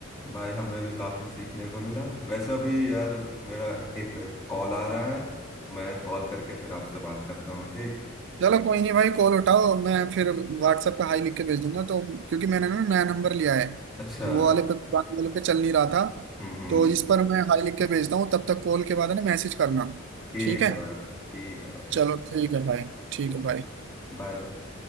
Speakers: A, on the left; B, on the right.
A: भाई हमें भी काफी सीखने को मिला वैसा भी यार मेरा एक कॉल आ रहा है मैं कॉल करके फिर आपसे बात करता हूँ ठीक
B: चलो कोई नहीं भाई कॉल उठाओ मैं फिर व्हाट्सएप पे हाई लिख के भेज दूंगा तो क्योंकि मैंने ना नया नंबर लिया है
A: अच्छा
B: वो
A: हम्म
B: वाले पे पुराने वाले पे चल नहीं रहा था
A: हम्म
B: तो इस पर मैं हाई लिख के भेजता हूँ तब तक कॉल के बाद है ना मैसेज करना
A: ठीक
B: ठीक है
A: है भाई ठीक है भाई
B: चलो ठीक है भाई ठीक
A: ठीक
B: है भाई
A: Bye bye